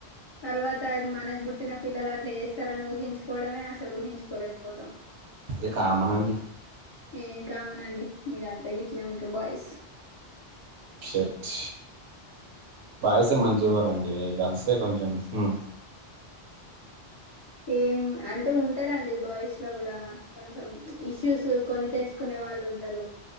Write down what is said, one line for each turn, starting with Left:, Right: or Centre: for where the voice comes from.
Left: తర్వాత మనకు బుట్టి పుట్టిన పిల్లలు అట్లా చేస్తారని ఊహించుకోవడమే అసలు ఊహించుకోలేకపోతాం
Right: ఇ కామనాండి
Left: ఏం కామనండి మీరంతా గట్లే ఉంటారు బాయ్స్
Right: షట్ బాయ్సే మంచివారండి గర్ల్సే కొంచెం మ్మ్
Left: ఏం అంటే ఉంటారండి బాయ్స్ లో కూడా కొంచెం ఇష్యూస్ కొని తెచ్చుకునే వాళ్ళు ఉంటారు